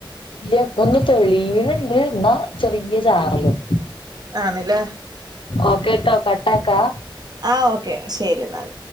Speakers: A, on the left; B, on the right.
A: ഇല്ല ഇപൊന്ന് തെളീയിണ് ഇണ്ട് ഇന്നാ ചെറീയ ചാറലും
B: ആണില്ലേ
A: ഓക്കേട്ടോ കാട്ടാക്ക
B: ആ ഓക്കേ ശെരിന്നാൽ